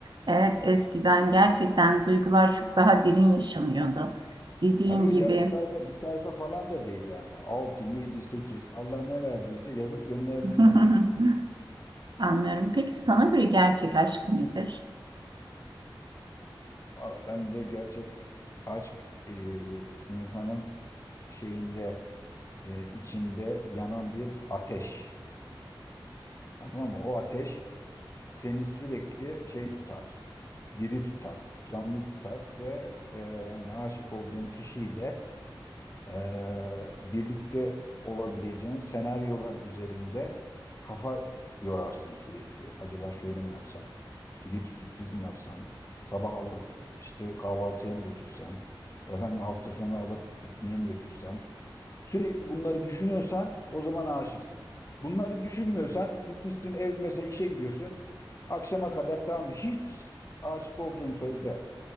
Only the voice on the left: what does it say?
Yani
yarım sayfa, bir sayfa falan da değil yani. altı, 7, 8. Allah ne verdiyse yazıp gönderdiğimi
hatırlıyorum.
Valla ben de gerçek aşk e, insanın şeyinde, e, içinde yanan bir ateş. Tamam mı? O ateş seni sürekli şey tutar, diri tutar, canlı tutar ve e, hani aşık olduğun kişiyle ee, birlikte olabileceğin senaryolar üzerinde kafa yorarsın sürekli. Acaba şöyle mi yapsak? Gidip sürpriz mi yapsam? Sabah alıp işte kahvaltıya mı götürsem? Efendim hafta sonu alıp pikniğe mi götürsem? Sürekli bunları düşünüyorsan o zaman aşıksın. Bunları düşünmüyorsan gitmişsin ev mesela işe gidiyorsun. Akşama kadar tamam hiç aşık olduğun sözde